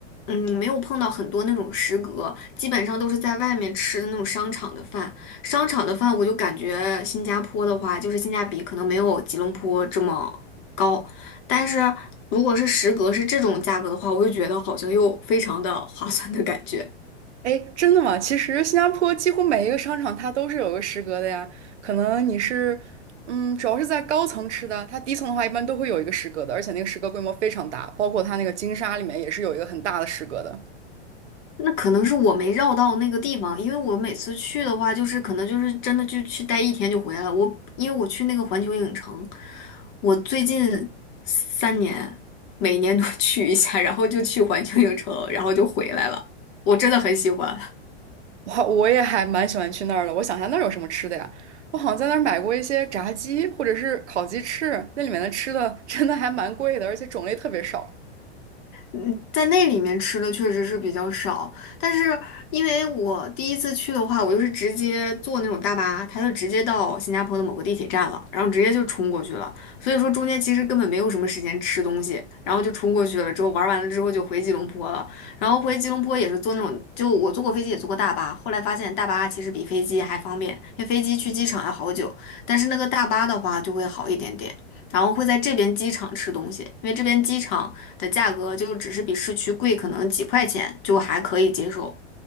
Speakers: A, on the left; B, on the right.
A: 嗯，没有碰到很多那种食阁，基本上都是在外面吃的那种商场的饭。商场的饭，我就感觉新加坡的话，就是性价比可能没有吉隆坡这么高。但是如果是食阁是这种价格的话，我就觉得好像又非常的划算的感觉。
B: 哎，真的吗？其实新加坡几乎每一个商场它都是有个食阁的呀。可能你是，嗯，主要是在高层吃的，它低层的话一般都会有一个食阁的，而且那个食阁规模非常大，包括它那个金沙里面也是有一个很大的食阁的。
A: 那可能是我没绕到那个地方，因为我每次去的话，就是可能就是真的就去待一天就回来了。我因为我去那个环球影城，我最近三年每年都 <laughs> 去一下，然后就去环球影城，然后就回来了。我真的很喜欢。
B: 我我也还蛮喜欢去那儿的。我想一下那儿有什么吃的呀？我好像在那儿买过一些炸鸡或者是烤鸡翅，那里面的吃的真的还蛮贵的，而且种类特别少。
A: 嗯，在那里面吃的确实是比较少，但是因为我第一次去的话，我就是直接坐那种大巴，它就直接到新加坡的某个地铁站了，然后直接就冲过去了，所以说中间其实根本没有什么时间吃东西，然后就冲过去了，之后玩完了之后就回吉隆坡了，然后回吉隆坡也是坐那种，就我坐过飞机也坐过大巴，后来发现大巴其实比飞机还方便，因为飞机去机场要好久，但是那个大巴的话就会好一点点。然后会在这边机场吃东西，因为这边机场。的价格就只是比市区贵可能几块钱，就还可以接受。